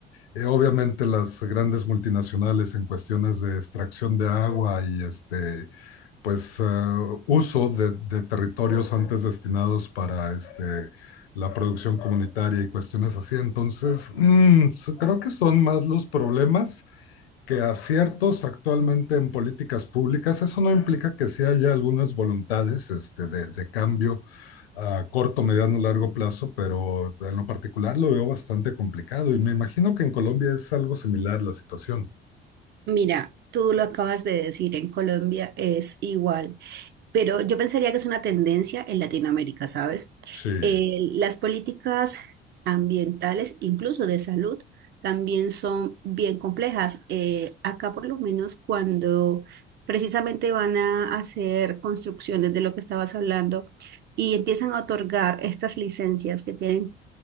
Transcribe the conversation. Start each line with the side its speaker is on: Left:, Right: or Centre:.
Left: Eh, obviamente las grandes multinacionales en cuestiones de extracción de agua y este pues uh, uso de, de, territorios antes destinados para este, la producción comunitaria y cuestiones así. Entonces, mmm, creo que son más los problemas que aciertos actualmente en políticas públicas. Eso no implica que sí haya algunas voluntades este, de, de cambio a corto, mediano, largo plazo, pero en lo particular lo veo bastante complicado y me imagino que en Colombia es algo similar la situación.
Right: Mira, tú lo acabas de decir, en Colombia es igual, pero yo pensaría que es una tendencia en Latinoamérica, ¿sabes?
Left: Sí.
Right: Eh, las políticas ambientales, incluso de salud, también son bien complejas. Eh, acá por lo menos cuando precisamente van a hacer construcciones de lo que estabas hablando y empiezan a otorgar estas licencias que tienen